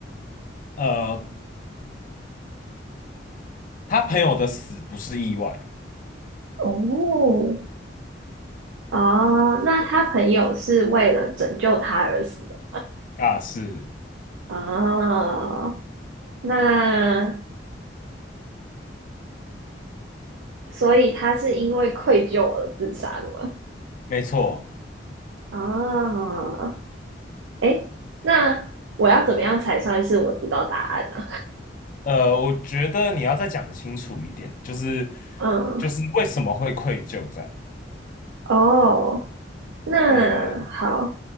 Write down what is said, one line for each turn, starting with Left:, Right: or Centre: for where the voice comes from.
Left: 呃，他朋友的死不是意外
Right: 哦，哦，那他朋友是为了拯救他而死的。
Left: 啊，是
Right: 哦，那所以他是因为愧疚而自杀的吗？
Left: 没错。
Right: 啊，哎，那我要怎么样才算是我知道答案呢、
Left: 呃，我觉得你要再讲得清楚一点，就是
Right: 嗯，
Left: 就是为什么会愧疚这样？
Right: 哦，那好，
Left: 对对对